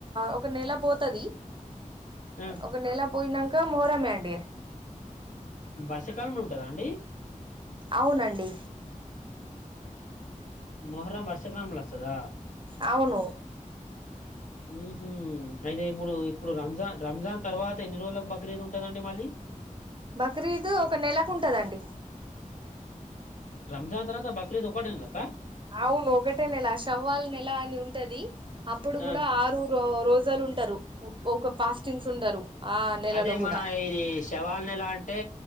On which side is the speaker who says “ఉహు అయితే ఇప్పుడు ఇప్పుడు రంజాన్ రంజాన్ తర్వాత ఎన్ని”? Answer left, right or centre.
Left